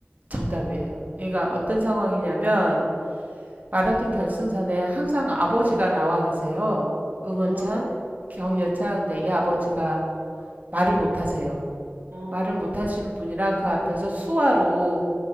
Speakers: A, on the right; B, on the right.
A: 정답이에요. 그러니까 어떤 상황이냐면 마라톤 결승선에 항상 아버지가 나와 계세요. 응원차,
B: 아, 네네.
A: 격려차. 근데 이 아버지가 말을 못 하세요.
B: 아,
A: 말을 못 하시는
B: 네.
A: 분이라 그 앞에서 수화로